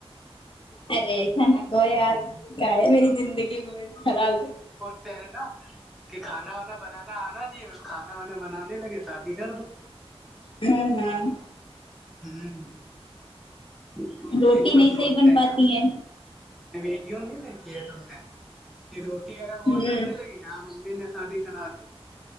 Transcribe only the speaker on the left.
ارے ایسا نہ کہو یار کیا ہے میری زندگی میں خراب
ہمم ہممم
روٹی
نہیں
صحیح
بن
پاتی
ہے
ہوں